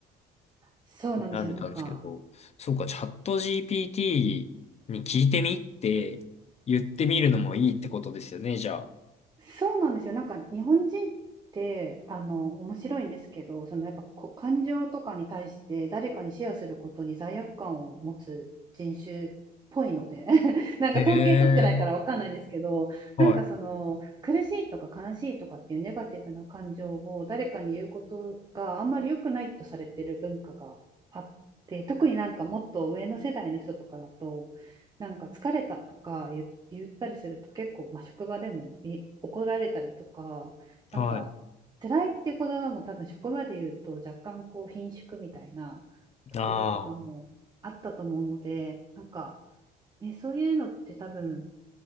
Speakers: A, on the right (about 25°); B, on the left (about 40°).
A: そうなんですよ。
B: 悩んでたんですけど、
A: なんか、
B: そうか、チャット GPT に聞いてみって言ってみるのもいいってことですよね、じゃあ。
A: そうなんですよ。なんか日本人ってあの面白いんですけど、そのやっぱこ感情とかに対して誰かにシェアすることに罪悪感を持つ人種っぽいので、<laughs> なんか統計取ってないからわかんないんですけど、
B: へえ、はい、
A: なんかその苦しいとか悲しいとかっていうネガティブな感情を誰かに言うことがあんまり良くないとされてる文化があって、特になんかもっと上の世代の人とかだと。なんか疲れたとか言言ったりすると結構、まあ、職場でも怒られたりとか、
B: はい。
A: なんか辛いっていう言葉も多分職場で言うと若干こう顰蹙みたいなところとかもあったと思うので、
B: あ
A: なんか、ね、そういうのって多分